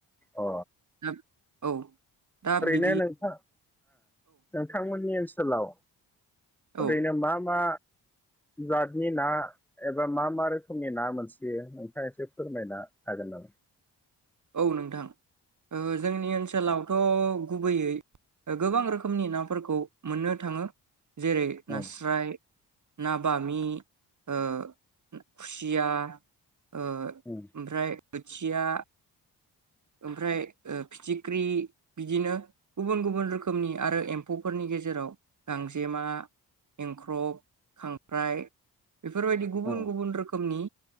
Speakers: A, in the centre; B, on the right.
A: अ
B: ना? औ दा बि
A: बे नोंथां नोंथांमोननि ओनसोलाव
B: औ
A: ओरैनो मा मा जातनि ना एबा मा मा रोखोमनि ना मोनसोयो नोंथाङा एसे फोरमायनो हागोन नामा?
B: औ नोंथां ओ जोंनि ओनसोलावथ' गुबैयै गोबां रोखोमनि नाफोरखौ मोननो थाङो जेरै नास्राय
A: उम
B: ना बामि ओ खुसिया ओ
A: उम
B: ओमफ्राय खोथिया ओमफ्राय फिथिख्रि बिदिनो गुबुन गुबुन रोखोमनि आरो एम्फौफोरनि गेजेराव गांजेमा एंख्रब खांख्राइ बेफोरबायदि गुबुन
A: उम
B: गुबुन रोखोमनि